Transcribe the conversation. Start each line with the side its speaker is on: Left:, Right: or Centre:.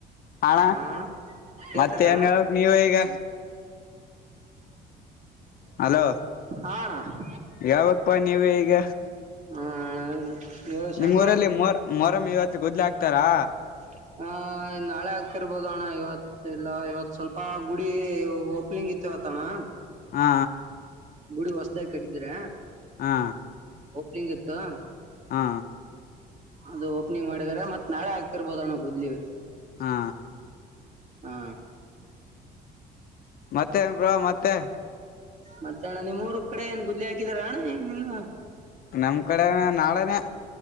Left: ಅಣ್ಣಾ
Right: ಆ ಅಣ್ಣ ಕೇಳ್ತೈತಣ್ಣ
Left: ಮತ್ತೆ ಏನ್ ಹೇಳ್ಬೇಕು ನೀವ ಈಗ. ಅಲೋ
Right: ಹಾ ಅಣ್ಣ
Left: ಹೇಳ್ಬೇಕಪ್ಪಾ ನೀವೆ ಈಗ.
Right: ಹಾ ಇವಾಗ ಶೇಂಗಾ
Left: ನಿಮ್ ಊರಲ್ಲಿ ಮೊರ್ ಮೊರಮ ಇವತ್ತು ಗೊದ್ಲು ಹಾಕ್ತಾರಾ.
Right: <unintelligible> ಹ ನಾಳೆ ಆಗ್ತಿರ್ಬೋದ ಅಣ್ಣ ಇವತ್ ಇಲ್ಲ ಇವತ್ ಸ್ವಲ್ಪ ಗುಡಿ ಓಪನಿಂಗ್ ಇತ್ತು. <unintelligible> ಣ ಅಣ್ಣಾ
Left: ಹಾ
Right: ಗುಡಿ ಹೊಸ್ದಾಗ ಕಟ್ಟಿದ್ರ.
Left: ಹಾ
Right: ಹೆಂಗತ್ತು.
Left: ಹಾ
Right: ಅದು ಓಪನಿಂಗ್ ಮಾಡಿದಿದ್ದಾರೆ ಮತ್ ನಾಳೆ ಆಗ್ತಿರ್ಬೋದ ಅಣ ಗುದ್ಲಿ.
Left: ಹಾ
Right: ಹಾ
Left: ಮತ್ತೆ ಏ ಬ್ರಾ ಮತ್ತೆ.
Right: ಮತ್ತ ಅಣ್ಣ ನಿಮ್ಮೂರು ಕಡೆ ಏನ್ ಗುದ್ಲಿ ಹಾಕಿದಾರ ಅಣ್ಣ ಏನ್ ನಿನ್ನ.
Left: ನಮ್ ಕಡೆನೆ ನಾಳೆನೇ.